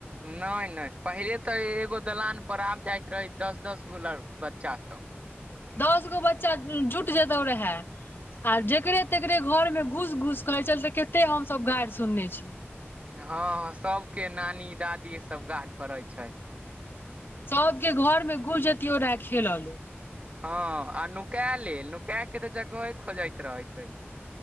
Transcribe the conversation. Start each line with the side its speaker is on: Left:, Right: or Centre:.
Right: नहि -नहि, पहिले तऽ एगो दलान पर आब जाइत रहे, दस -दस गो बच्चा सब।
Left: दस गो बच्चा जुट जेतो रहे, आ जकरे-
Right: हँ
Left: तकरे घर में घूस- घूस अहि छलते, कते हमस गारि सुनने छी।
Right: हँ- ह, सब के नानी, दादी, सब गड़ पड़े छै।
Left: सबके घर मे गुुसजतियो रेह खेलले।
Right: हँ आ नुका लेल, नुका के तऽ जगह खोजैत रहैत रहिये।